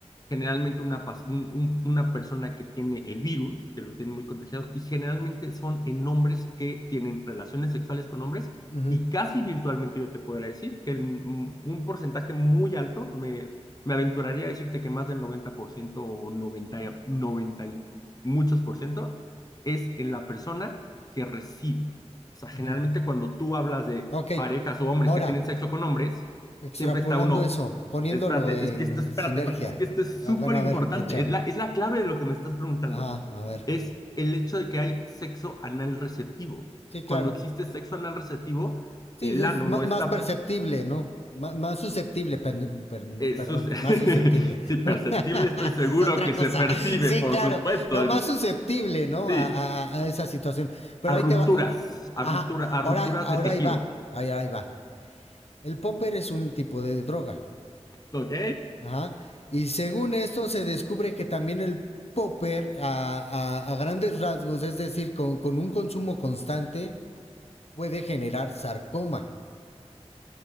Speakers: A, on the left (about 35°); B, on the left (about 65°).
A: generalmente una, pas- un- un- una persona que tiene el virus, que lo tiene muy contagiado, y generalmente son en hombres que tienen relaciones sexuales con hombres,
B: ujú,
A: y casi virtualmente yo te podría decir que en un un porcentaje muy alto, me, me aventuraría a decirte que más del 90% o 90, 90 y muchos por ciento, es en la persona que recibe. O sea, generalmente
B: ujú.
A: cuando tú hablas de
B: Ok,
A: parejas o hombres
B: ahora,
A: que tienen sexo con hombres,
B: extrapolando
A: siempre está uno,
B: eso, poniéndolo
A: espérate,
B: en
A: es que esto, espérate,
B: sinergia.
A: espérate, es que esto es súper
B: Ah, Bueno,
A: importante,
B: a ver, échale.
A: es la, es la clave de lo que me estás preguntando,
B: Ajá, a ver.
A: es el hecho de que hay sexo anal receptivo.
B: Sí,
A: Cuando
B: claro.
A: existe sexo anal receptivo,
B: Sí,
A: el
B: es
A: ano
B: ma-
A: no
B: más
A: está...
B: perceptible, ¿no? Ma- más susceptible, pen- per-
A: eh,
B: perdón,
A: sus-
B: más susceptible.
A: <laughs> sí, perceptible,
B: <laughs>
A: estoy seguro
B: es otra
A: que
B: cosa.
A: se percibe,
B: Sí,
A: por
B: claro.
A: supuesto.
B: No,
A: en-
B: más susceptible, ¿no?
A: Sí,
B: A, a- a esa situación. Pero
A: a
B: ahí
A: rupturas,
B: te va. Ajá.
A: a ruptura, a
B: Ahora,
A: rupturas
B: ahora
A: de tejido.
B: ahí va. Ahí, ahí va. El popper es un tipo de droga.
A: ¿Ok?
B: Ajá. Y según esto se descubre que también el popper a, a- a grandes rasgos, es decir, con, con un consumo constante, puede generar sarcoma.